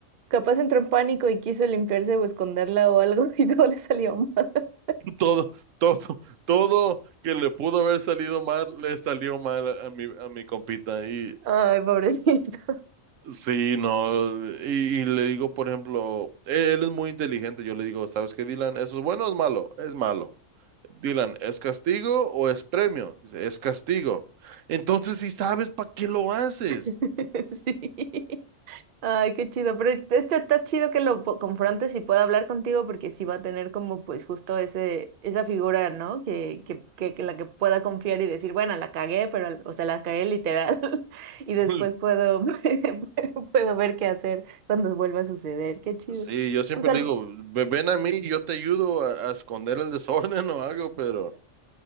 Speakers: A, on the right (about 55°); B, on the right (about 80°).
A: capaz entró en pánico y quiso limpiarse o esconderla o algo <laughs> y no le salió mal.
B: <laughs> Todo, todo, todo que le pudo haber salido mal, le salió mal a mi, a mi compita. Y
A: Ay, pobrecito.
B: sí, no, y, y le digo, por ejemplo, e, él es muy inteligente. Yo le digo, ¿sabes qué, Dylan? ¿Eso es bueno o es malo? Es malo. Dylan, ¿es castigo o es premio? Dice, es castigo. Entonces, si sabes, ¿para qué lo haces?
A: <laughs> Sí. Ay, qué chido, pero este está chido que lo po- confrontes y pueda hablar contigo porque sí va a tener como pues justo ese, esa figura, ¿no? Que, que, que, que la que pueda confiar y decir, bueno, la cagué, pero, al- o sea, la cagué literal <laughs> y después
B: <laughs>
A: puedo, <laughs> puedo ver qué hacer cuando vuelva a suceder, qué chido.
B: Sí, yo siempre
A: Pues al,
B: le digo, "Ve- ven a mí y yo te ayudo a, a esconder el desorden <laughs> o algo, pero,